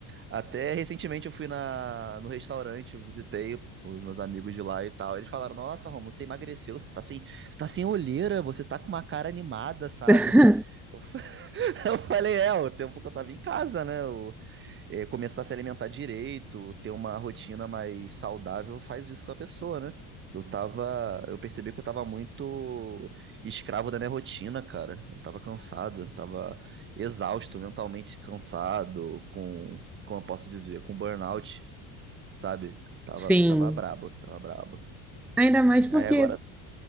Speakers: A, on the right; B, in the centre.
A: Até recentemente eu fui na, no restaurante, eu visitei os meus amigos de lá e tal. Eles falaram: Nossa, Romulo, você emagreceu, você tá sem, você tá sem olheira, você tá com uma cara animada, sabe?
B: <laughs>
A: Eu, <laughs> eu falei: É, o tempo que eu tava em casa, né? Eu é, começar a se alimentar direito, ter uma rotina mais saudável, faz isso com a pessoa, né? Eu tava, eu percebi que eu tava muito escravo da minha rotina, cara. Eu tava cansado, eu tava exausto, mentalmente cansado, com, como eu posso dizer, com burnout, sabe? Tava,
B: Sim.
A: tava brabo, tava brabo.
B: Ainda mais porque
A: Aí agora